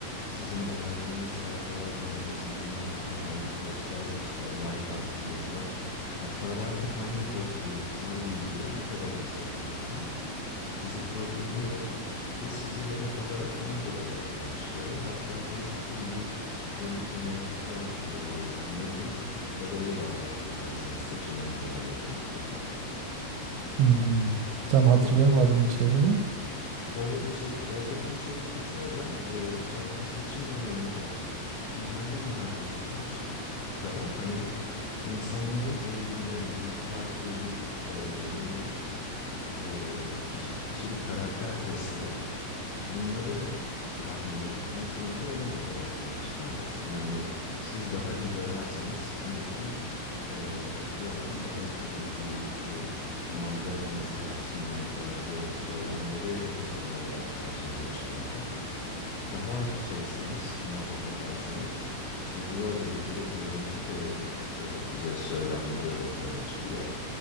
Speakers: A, on the left; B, on the right.
A: sizin beğendiğiniz sayfalardan, gezindiğinizden, hangi posta işte like attığınızdan, hatta belki hangi postu, hangi videoyu ne kadar izlediğinizden sizi profilliyor ve sizi hedef alarak ona göre reklam çıkarıyor. Hatta Facebook'un bir Cambridge Analytica e, ne diyeyim olayı vardı hatırlarsanız seçime müdahale konusunda.
B: Hmm, tam hatırlayamadım
A: O,
B: içeriğini.
A: O içe, oradaki içerik de şu hocam, e, Trump'ın seçim döneminde mahalle mahalle, sokak so- kadar hani insanların eğilimlerini, Big Five diye bir e, ne diyeyim, e, kiş- kişilik karakter testi var. Bunları tahmin edip insanlara ona göre reklam çıkarması. Yani siz daha liberalseniz sizin için e, Trump'ın daha işte özgürlükçü, aman bırakınız yapsınlar tarzı söylemleri reklam olarak karşınıza çıkarken daha şeyseniz, muhafazakarsınız, işte duvar öreceğiz ve Meksika'ya öde- ödeteceğiz söylemleri ön plana çıkıyor.